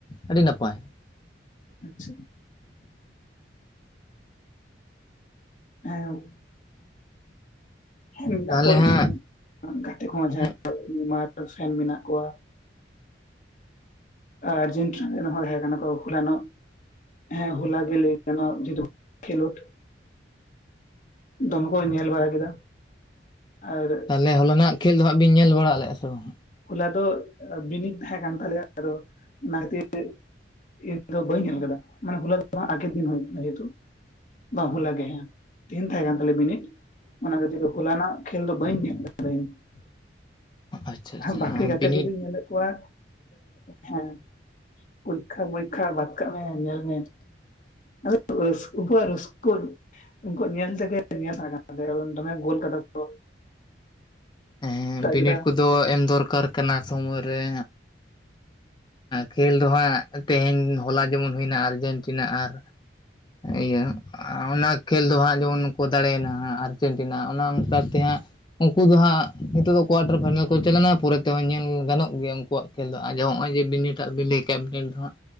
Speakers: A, on the left; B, on the left.
A: ᱟᱹᱰᱤ ᱱᱟᱯᱟᱭ ᱾
B: ᱟᱪᱪᱷᱟ ᱦᱮᱸ ᱦᱮᱸ ᱢᱮᱱᱟᱜ
A: ᱛᱟᱦᱚᱞᱮ
B: ᱠᱚᱣᱟ
A: ᱦᱟᱸᱜ
B: ᱤᱧᱨᱮ ᱜᱟᱛᱮ ᱠᱚᱦᱚᱸ ᱡᱟᱦᱟᱸᱭ
A: ᱦᱮᱸ
B: ᱢᱟᱨ ᱯᱷᱮᱱ ᱢᱮᱱᱟᱜ ᱠᱚᱣᱟ ᱾ ᱟᱨᱡᱮᱱᱴᱤᱱᱟ ᱨᱮᱱ ᱦᱚᱲ ᱦᱮ ᱠᱟᱱᱟ ᱠᱚ ᱦᱩᱞᱟᱱᱚ᱾ ᱦᱮᱸ ᱦᱚᱞᱟ ᱜᱮ ᱞᱟᱹᱭ ᱜᱟᱱ <unintelligible> ᱡᱮᱛᱩ ᱠᱷᱮᱞᱳᱰ, ᱫᱚᱢᱮ ᱠᱚ ᱧᱮᱞ ᱵᱟᱲᱟ ᱠᱮᱫᱟ᱾ ᱟᱨ
A: ᱛᱟᱦᱚᱞᱮ ᱦᱚᱮᱱᱟᱜ ᱠᱷᱮᱞ ᱫᱚ ᱦᱟᱸᱜ ᱵᱤᱱ ᱧᱮᱞ ᱵᱟᱲᱟ ᱞᱮᱫᱼᱟ ᱥᱮ ᱵᱟᱝ?
B: ᱦᱚᱞᱟ ᱫᱚ ᱵᱤᱱᱤᱰ ᱛᱟᱦᱮᱸᱟᱸ ᱠᱟᱱ ᱛᱟᱞᱮᱭᱟ ᱟᱫᱚ ᱚᱱᱟ ᱠᱷᱟᱹᱛᱤᱨ ᱤᱧ ᱫᱚ ᱵᱟᱹᱧ ᱧᱮᱞ ᱟᱠᱟᱫᱟ ᱢᱟᱱᱮ ᱦᱚᱞᱟ ᱟᱠᱮᱨ ᱫᱤᱱ ᱦᱩᱭ ᱠᱟᱱᱟ ᱡᱮᱦᱛᱩ, ᱵᱟᱝ ᱦᱚᱞᱟ ᱜᱮ ᱦᱮᱸ ᱛᱤᱦᱤᱧ ᱛᱟᱦᱮᱸ ᱠᱟᱱ ᱛᱟᱞᱮᱭᱟ ᱵᱤᱱᱤᱴ ᱚᱱᱟ ᱠᱷᱟᱹᱛᱤᱨ ᱛᱮ ᱦᱚᱞᱟ ᱨᱮᱱᱟᱜ ᱠᱷᱮᱞ ᱫᱚ ᱵᱟᱹᱧ ᱧᱮᱞ ᱫᱟ <unintelligible>
A: ᱟᱪᱪᱷᱟ ᱟᱪᱪᱷᱟ
B: ᱵᱟᱠᱤ
A: ᱦᱮᱸ
B: ᱜᱟ
A: ᱵᱤᱱᱤᱰ
B: ᱠᱟᱛᱮ ᱠᱚᱫᱚᱩᱧ ᱢᱮᱱᱮᱫ ᱠᱚᱣᱟ, ᱦᱮᱸ ᱯᱚᱨᱤᱠᱠᱷᱟ ᱯᱚᱨᱤᱠᱠᱷᱟ ᱵᱟᱫ ᱠᱟᱜ ᱢᱮ ᱧᱮᱞ ᱢᱮ, <unintelligible> ᱩᱱᱠᱩ ᱧᱮᱞ ᱛᱮᱜᱮ ᱧᱮᱞ ᱠᱟᱱᱟ ᱫᱚᱢᱮ ᱜᱳᱞ ᱠᱟᱫᱟ ᱠᱚ,
A: ᱦᱮᱸ ᱵᱤᱱᱤᱰ
B: ᱵᱮᱲᱟ
A: ᱠᱚᱫᱚ ᱮᱢ ᱫᱚᱨᱠᱟᱨ ᱠᱟᱱᱟ ᱥᱚᱢᱚᱭ ᱨᱮ᱾ ᱠᱷᱮᱞ ᱫᱚ ᱦᱟᱸᱜ ᱛᱮᱦᱮᱧ ᱦᱚᱞᱟ ᱡᱮᱢᱚᱱ ᱦᱩᱭᱱᱟ ᱟᱨᱡᱮᱱᱴᱤᱱᱟ ᱟᱨ ᱤᱭᱟᱹ ᱚᱱᱟ ᱠᱷᱮᱞ ᱫᱚ ᱦᱟᱸᱜ ᱡᱮᱢᱚᱱ ᱠᱚ ᱫᱟᱲᱮᱭᱱᱟ ᱦᱟᱸᱜ ᱟᱨᱡᱮᱱᱴᱤᱱᱟ ᱚᱱᱟ ᱚᱱᱠᱟᱛᱮ ᱦᱟᱸᱜ, ᱩᱱᱠᱩ ᱫᱚ ᱦᱟᱸᱜ ᱱᱤᱛᱚᱜ ᱫᱚ ᱠᱚᱣᱟᱴᱟᱨ ᱯᱷᱟᱭᱱᱟᱞ ᱠᱚ ᱪᱟ ᱞᱮᱱᱟ ᱯᱚᱨᱮ ᱛᱮᱦᱚᱸ ᱧᱮᱞ ᱜᱟᱱᱚᱜ ᱜᱮᱭᱟ ᱩᱱᱠᱩᱣᱟᱜ ᱠᱷᱮᱞ ᱫᱚ ᱟ ᱦᱚᱸᱜᱼᱚᱭ ᱡᱮ, ᱵᱤᱱ ᱱᱹᱴᱟᱜ ᱵᱤᱱ ᱞᱟᱹᱭ ᱠᱮᱜᱼᱟ ᱫᱚ ᱦᱟᱸᱜ,